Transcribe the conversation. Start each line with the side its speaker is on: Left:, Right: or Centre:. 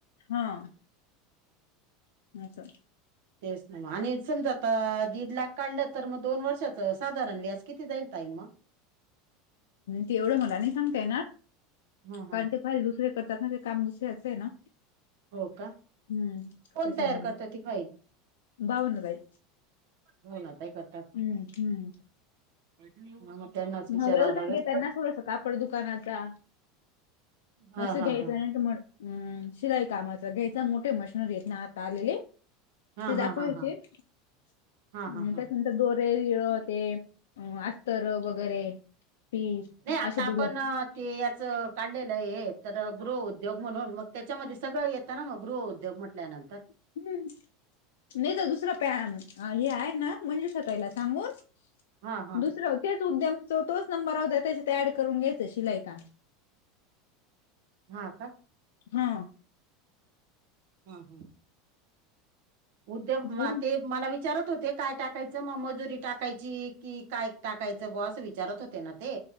Left: हा.. आसं.
Right: तेच ना मग आणि समजा आता दीड लाख काढलं तर, दोन वर्षाचं साधारण व्याज किती जाईल ताई मग? <inaudible>
Left: ते एवढं मला नाही सांगता येणार,
Right: हा हा
Left: कारण ते फाईल दुसरे करतात ना, ते काम दुसऱ्याचं आहे ना,
Right: हो का
Left: ह..
Right: कोण
Left: त्याच्यामुळं
Right: तयार करत ती फाईल
Left: बावन्न जाईल.
Right: हो ना ताई कर
Left: हं.. हं...
Right: हा मग त्यांनाच विचारावं
Left: मग व्यवसाय
Right: लागेल
Left: घेताना थोडंसं कापड दुकानाचा
Right: हा
Left: अस
Right: हा
Left: घ्यायचं
Right: हा
Left: नाहीतर मग ह.. शिलाई कामाचा घ्यायचा, मोठे मशनरी आहेत ना आता आलेले
Right: हा
Left: ते दाखवायचे,
Right: हा हा हा
Left: त्याच्यानंतर
Right: हा हा हा
Left: दोर ते रीळं ते अस्तर वगैरे, पीस
Right: नाही आता
Left: असे
Right: आपण
Left: दिलं
Right: ते याच काढलेलं आहे तर गृह उद्योग म्हणून, मग त्याच्यामध्ये सगळं येतना मग गृहउद्योग म्हण टल्यानंतर.
Left: हू.. नाही तर दुसरं पॅ हे आहे ना, मंजूषा ताईला सांगून-
Right: हा हा
Left: दुसरं तेच उद्यमच तोच नंबर राहू द्या, त्याच्यात ऍड करून घ्यायचं शिलाई काम.
Right: हा, का.
Left: हा...
Right: हा हा उद्यम
Left: होऊन-
Right: ते मला विचारत होते काय टाकायचं मग मजुरी टाकायची की काय टाकायचं बुवा असं विचारत होते ना ते